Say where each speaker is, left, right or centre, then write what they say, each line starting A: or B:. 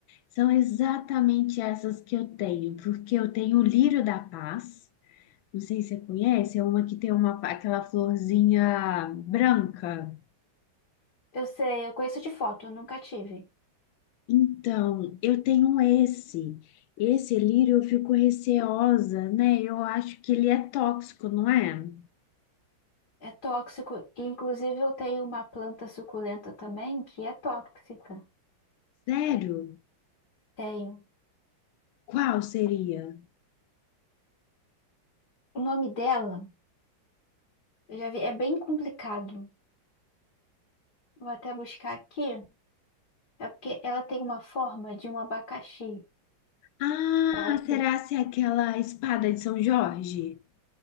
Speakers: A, on the left; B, on the left.
A: São exatamente essas que eu tenho, porque eu tenho o lírio da paz. Não sei se você conhece, é uma que tem uma, aquela florzinha branca.
B: Eu sei, eu conheço de foto, eu nunca tive.
A: Então, eu tenho esse. Esse lírio eu fico receosa, né? Eu acho que ele é tóxico, não é?
B: É tóxico. Inclusive, eu tenho uma planta suculenta também que é tóxica.
A: Sério?
B: Tenho.
A: Qual seria?
B: O nome dela, eu já vi, é bem complicado. Vou até buscar aqui. É porque ela tem uma forma de um abacaxi,
A: Ah,
B: sabe?
A: será se é aquela espada de São Jorge?